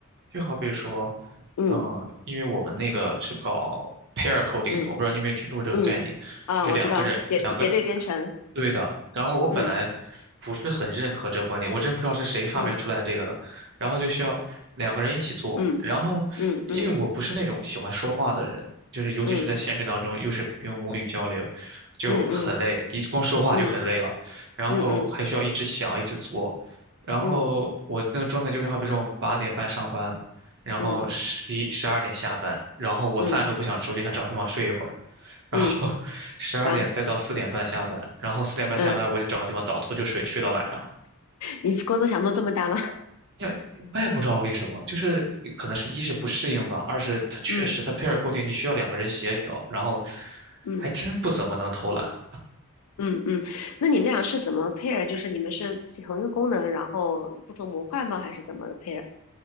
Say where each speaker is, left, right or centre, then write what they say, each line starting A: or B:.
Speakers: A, on the right; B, on the left.
A: 就好比说，
B: 嗯
A: 嗯、因为我们那个是搞 pair coding
B: 嗯
A: 的，我不知道你有没有听说过这个概念，
B: 嗯，啊，
A: 就是两个人两个
B: 我知道，结结对编程。
A: 对的，然后我本来
B: 嗯
A: 不是很认可这个观点，我真不知道是谁发明出来这个的，
B: 嗯
A: 然后就需要两个人一起做，
B: 嗯嗯嗯
A: 然后因为我不是那种喜欢说话的人，就是尤其是在现实当中，
B: 嗯
A: 又是用母语交流，就很累，
B: 嗯嗯
A: 一光说话就很累了，
B: 嗯
A: 然后还需要一直想，
B: 嗯嗯
A: 一直做，然后我那个状态就是，
B: 嗯
A: 好比说我们八点半上班，然后十一十二点下班，
B: 嗯
A: 然后我饭都不想吃，
B: 嗯嗯
A: 我就想找个地方睡一会儿。然后
B: 嗯，
A: <laughs> 十二点再到四点半下班，
B: 啊嗯。
A: 然后四点半下班我就找个地方倒头就睡，
B: 嗯
A: 睡到晚上。
B: 你工作强度这么大吗？<laughs>
A: 因为我也不知道为什么，就是可能是一是不适应吧，二是它确实它
B: 嗯
A: pair coding 你需要两个人协调，然后
B: 嗯
A: 还真不怎么能偷懒，
B: 嗯嗯，那你们俩是怎么 pair？就是你们是起同一个功能，然后不同模块吗？还是怎么的 pair？